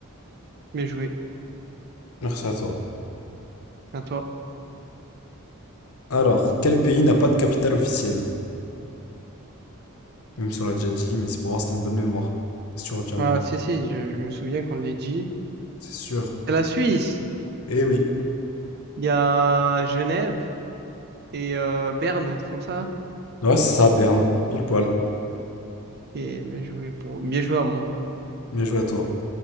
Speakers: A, on the right; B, on the left.
A: Bien joué.
B: Merci à toi.
A: À toi.
B: Alors, quel pays n'a pas de capitale officielle? Même si on l'a déjà dit, mais c'est pour voir si t'as une bonne mémoire. Si tu retiens
A: Ah,
B: bien.
A: si, si, je, je me souviens qu'on l'a dit.
B: C'est sûr.
A: C'est la Suisse.
B: Eh oui.
A: Il y a Genève et euh, Berne, un truc comme ça.
B: Ouais, c'est ça, Berne. Pile poil.
A: Et bien joué pour. Bien joué à moi.
B: Bien joué à toi.